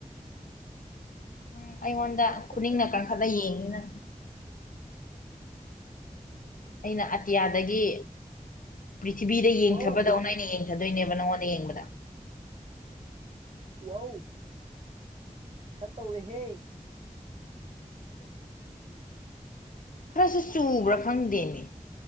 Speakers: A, on the left; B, on the right.
A: ꯎꯝ ꯑꯩꯉꯣꯟꯗ
B: ꯍꯦꯛꯇ ꯍꯥꯏꯖꯟꯕꯤꯅꯤ
A: ꯈꯨꯅꯤꯡꯅ ꯀꯥꯡꯈꯠꯂ ꯌꯦꯡꯉꯤꯅ ꯑꯩꯅ ꯑꯇꯤꯌꯥꯗꯒꯤ ꯄ꯭ꯔꯤꯊꯤꯕꯤꯗ ꯌꯦꯡꯊꯕꯗꯧꯅ
B: ꯋꯥꯎ
A: ꯑꯩꯅ ꯌꯦꯡ ꯊꯗꯣꯏꯅꯦꯕ ꯅꯉꯣꯟꯗ ꯌꯦꯡꯕꯗ
B: ꯋꯥꯎ ꯈꯔ ꯇꯧꯔꯦꯍꯦ
A: ꯈꯔꯁꯨ ꯆꯨꯕ꯭ꯔꯥ ꯈꯪꯗꯦꯃꯦ